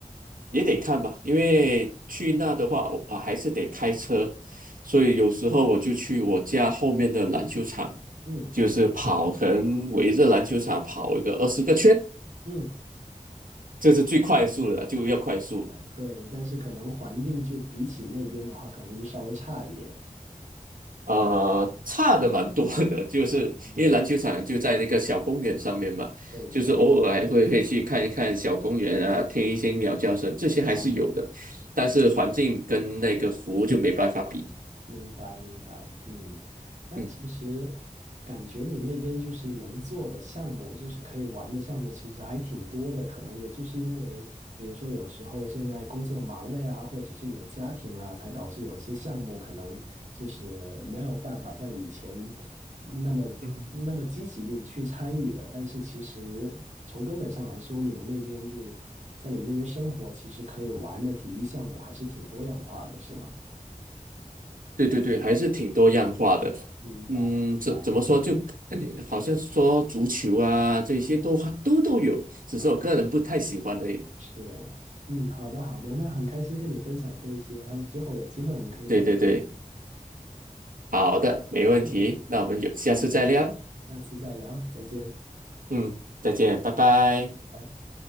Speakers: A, on the right; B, on the right.
A: 也得看吧，因为去那的话啊还是得开车，所以有时候我就去我家后面的篮球场，
B: 嗯
A: 就是跑，可能围着篮球场跑一个二十个圈。
B: 嗯，
A: 这是最快速的，
B: 明
A: 就要快速。
B: 白对，但是可能环境就比起那边的话，可能就稍微差一点，
A: 呃，差的蛮多的，<laughs> 就是因为篮球场就在那个小公园上面嘛，
B: 差的蛮多。对对。
A: 就是偶尔还会会去看一看小公园啊，听一些鸟叫声，这些还是有的，
B: 啊。
A: 但是环境跟那个服务就没办法比。
B: 明白，明白，嗯，那其实
A: 嗯，
B: 感觉你那边就是能做的项目，就是可以玩的项目，其实还挺多的。可能也就是因为，比如说有时候现在工作忙了呀，或者是有家庭了，才导致有一些项目可能就是没有办法像以前那么那么积极的去参与了。
A: 嗯哼
B: 但是其实从根本上来说，你们那边就在你们那边生活，其实可以玩的体育项目还是挺多样化的，是吗？
A: 对对对，还是挺多样化的。
B: 明白，
A: 嗯，
B: 明白。
A: 怎怎么说就，呃好像说足球啊这些都都都有，
B: 嗯，
A: 只是我个人不太喜欢而已。
B: 好，是，嗯，好的，好的，那很开心跟你分享这些，然后之后有机会我们可以再聊
A: 对对对。好的，没问题，
B: 嗯，
A: 那我们有下次再聊。
B: 好的，下次再聊，再见，
A: 嗯，再见，拜拜。
B: 拜。